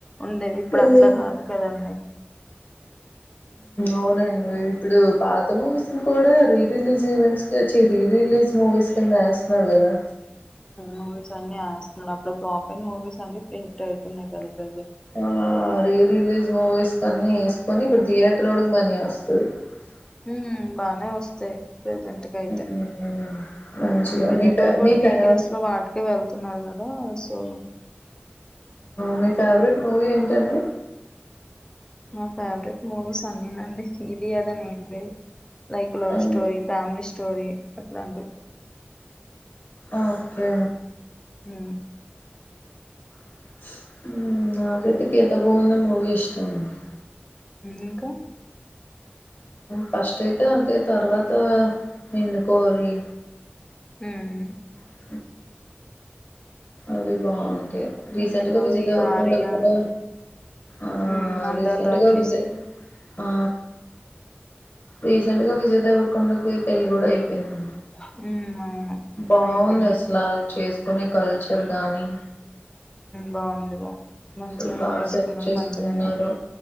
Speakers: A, on the left; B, on the left.
A: ఉండేవి ఇప్పుడు
B: హ్మ్.
A: అట్లా కాదు కదండడి
B: అవునండి ఇప్పుడు పాత మూవీస్ ని కూడా రీ రిలీజ్ ఈవెంట్స్ చిర రిలీజ్ మూవీస్ కింద వేస్తున్నాడు కదా
A: మూవీస్ అన్ని వస్తున్నాడు అప్పుడు ప్ర్లాప్ అండ్ మూవీస్ అన్ని ప్రింట్ అవుతున్నాయి క
B: ఆ రీ రిలీజ్ మూవీస్ కన్ని వేసుకొని ఇప్పుడు థియేటర్ ఒకకి మనీ వస్తుంది <unintelligible>
A: హ బానే వస్తాయి ప్రజెంట్గా అయితే
B: ఉమ్ మంచిగా
A: వెళ్లేేటోళ్ళు
B: మీ ఫే
A: కూడా
B: మీ ఫేవ
A: వీకెండ్స్ లో వాటికి వెళ్తున్నారు కదా సో
B: మీ ఫేవరెట్ మూవీ ఏంటండి
A: మా ఫేవరెట్ మూవీస్ అన్నీనండి ఇది అద న ఏంటీ లైక్ లవ్
B: ఆ
A: స్టోరీ ఫ్యామిలీ స్టోరీ అట్లాంటి
B: ఓకే
A: హ
B: <unintelligible> మూవీ ఇష్టమ అండి
A: ఇంకా
B: ఫస్ట్ అయితే అదే తర్వాత నిన్ను కోరి
A: మ్
B: అ అవి బాగుంటాయి రీసెంట్
A: నిన్ను
B: గా
A: కోరి
B: విజయ దగర
A: ఆర్య
B: కొండకు కూడా ఆ
A: మ్ అందాల
B: రీసెంట్గా
A: రాక్షసి
B: విజ ఆ రీసెంట్ గా విజయ్ దేవరకొండకి పెళ్లి కూడా అయిపోయింది
A: <unintelligible>
B: బాగుంది
A: అయిపోయింది
B: అసలు వాళ్ళు చేసుకునే కల్చర్ కాగానీ
A: బాగుంది బాగుంది మంచిగానే
B: అసలు బాగా
A: చేసుకున్నాను
B: సెట్ చేసుకున్నారు
A: మంచిగానే